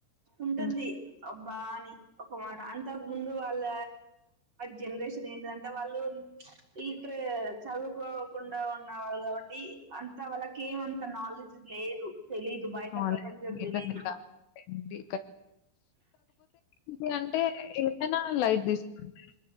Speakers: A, on the right (about 25°); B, on the left (about 70°).
A: ఉంటుంది
B: హ్మ్.
A: అబ్బా అని ఒక మాట అంతకు ముందు వాళ్ళ జనరేషన్ ఏంటిదంటే వాళ్ళు ఇట్ర చదువుకోకుండా ఉన్నవాళ్ళు కాబట్టి అం త వాళ్ళకి ఏమంత నాలెడ్జ్ లేదు తెలిదు బయట
B: ఆ!
A: ప్రపంచం
B: లేదండి. లేదండి.
A: తెలిదు
B: కాదండి. ఇది అంటే ఏదైనా లైట్ తీసుకుంటారు